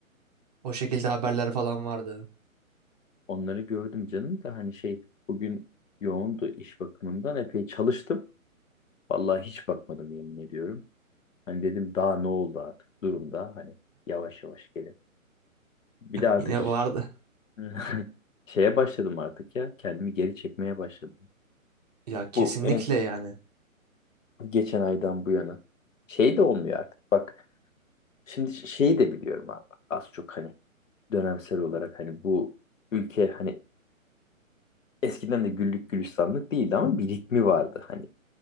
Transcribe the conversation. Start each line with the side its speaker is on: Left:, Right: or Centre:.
Right: O şekilde haberler falan vardı.
Left: onları gördüm canım da hani şey bugün yoğundu iş bakımından epey çalıştım. Vallahi hiç bakmadım yemin ediyorum. Hani dedim daha ne oldu artık durumda hani yavaş yavaş gelin. Bir de artık
Right: Yine
Left: ş-
Right: vardı.
Left: <laughs> şeye başladım artık ya kendimi geri çekmeye başladım.
Right: Ya kesinlikle
Left: Bu en
Right: yani
Left: geçen aydan bu yana. Şey de olmuyor artık bak şimdi ş- şeyi de biliyorum abi az çok hani dönemsel olarak hani bu ülke hani eskiden de güllük gülistanlık değildi ama bir ritmi vardı hani.